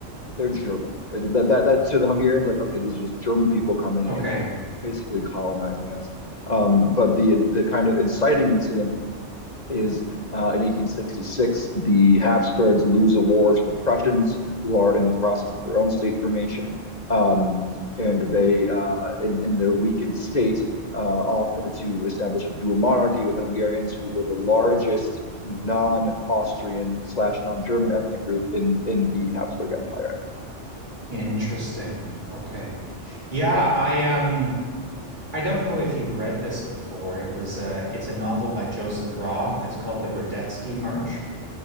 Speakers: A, on the left (about 35°); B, on the right (about 40°).
A: they're German. Like that that that to the Hungarians, like, okay, these are just German people coming
B: Okay.
A: in and basically colonizing us. Um, but the the kind of inciting incident is uh, in 1866, the Habsburgs lose a war to the Prussians, who are in the process of their own state formation. Um, and they, uh, in, in their weakened state, uh, offer to establish a dual monarchy with the Hungarians, who were the largest non-Austrian slash non-German ethnic group in, in the Habsburg Empire at the time.
B: Interesting. Okay. Yeah, I, um, I don't know if you've read this before. It was uh it's a novel by Joseph Roth. It's called The Radetzky March.